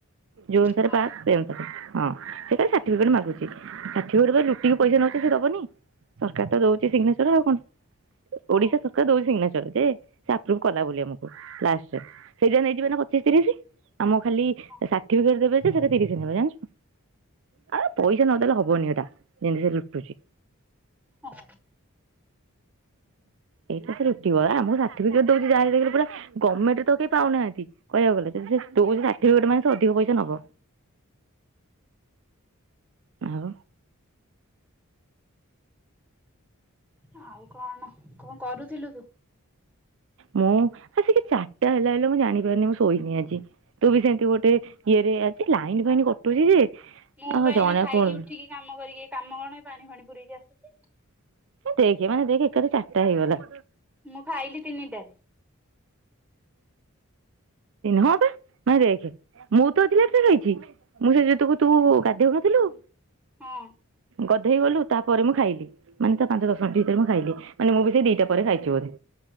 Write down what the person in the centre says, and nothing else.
ହଁ
ହଁ
ହଁ
ହଁ
ଆଉ କଣ କଣ କରୁଥିଲୁ ତୁ?
ମୁଁ
ପା ଏଇନା
ଖାଇକି
ଉଠିକି କାମ କରିକି କାମ କଣ ପାଣି ଫାଣି ପୁରେଇକି ଆସୁଛି।
ମୁଁ ଖାଇଲି ତିନିଟା।
ହଁ
ହଁ।